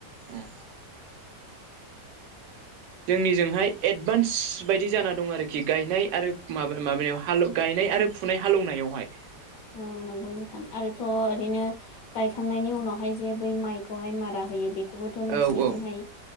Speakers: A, on the right; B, on the left.
A: अ जोंनिजोंहाय एडभान्स बायदि जाना दं आरोखि गायनाय आरो माबा माबायाव हाल गायनाय आरो फुनाय हालौनाय बेवहाय
B: औ नंगौ नोंथां आरोथ' ओरैनो गायखांनायनि उनावहाय जे बै माइखौहाय मारा होयो बेखौ खौबोथ नोंसिनिजोंहाय
A: औ औ